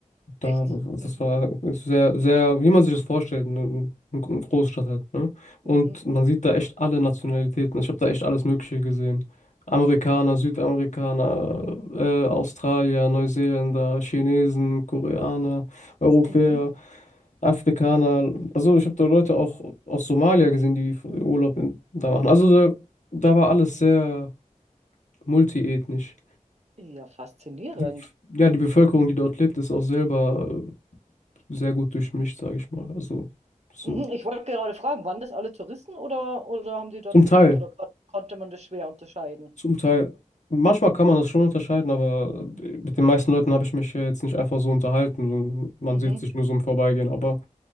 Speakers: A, on the left (about 65°); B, on the right (about 55°).
A: Da,
B: Echt?
A: das
B: Mhm.
A: war sehr, sehr, wie man sich das vorstellt, eine, eine Großstadt halt, ne?
B: Mhm.
A: Und man sieht da echt alle Nationalitäten. Ich habe da echt alles Mögliche gesehen. Amerikaner, Südamerikaner, äh, Australier, Neuseeländer, Chinesen, Koreaner, Europäer,
B: Mhm.
A: Afrikaner. Also ich habe da Leute auch aus Somalia gesehen, die Urlaub in, da machen. Also da, da war alles sehr multiethnisch.
B: Ja, faszinierend.
A: Die, ja, die Bevölkerung, die dort lebt, ist auch selber sehr gut durchmischt, sage ich mal. Also zum,
B: Mhm, Ich wollte gerade fragen, waren das alle Touristen oder, oder haben die dort
A: zum
B: gelebt
A: Teil,
B: oder kon konnte man das schwer unterscheiden?
A: zum Teil. Manchmal kann man das schon unterscheiden, aber äh, mit den meisten Leuten habe ich mich ja jetzt nicht einfach so unterhalten. So, Man
B: Mhm,
A: sieht sich nur so im Vorbeigehen, aber